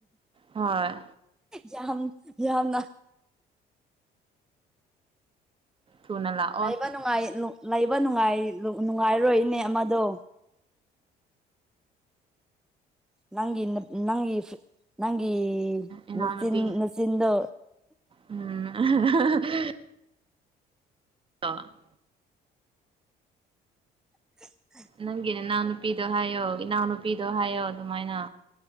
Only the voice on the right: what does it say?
ꯍꯣꯏ
ꯊꯨꯅ ꯂꯥꯎ
ꯏꯅꯥꯎꯅꯨꯄꯤ
ꯎꯝ <unintelligible>
ꯅꯪꯒꯤ ꯅꯅꯥꯎ ꯅꯨꯄꯤꯗꯣ ꯍꯥꯏꯌꯣ ꯏꯅꯥꯎ ꯅꯨꯄꯤꯗꯣ ꯍꯥꯏꯌꯣ ꯑꯗꯨꯃꯥꯏꯅ